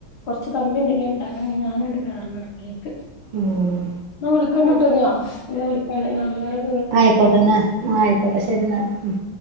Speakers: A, on the left; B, on the right.
A: കുറച്ച് കമ്മി ഉണ്ടെങ്കി ഉണ്ടാക്കണെങ്കിൽ ഞാനണ്ട് കേറണം അടുക്കളയിലേക്ക്
B: ഉം
A: ന്ന ഓൽക്ക് ളിക്കണ്ടട്ട കുഞ്ഞോ പിന്നെ വിളിക്കണ്ട മാമിനോട്
B: ആയിക്കോട്ടെന്നാ ആ ആയിക്കോട്ടെ ശരി ന്നാല് ഉം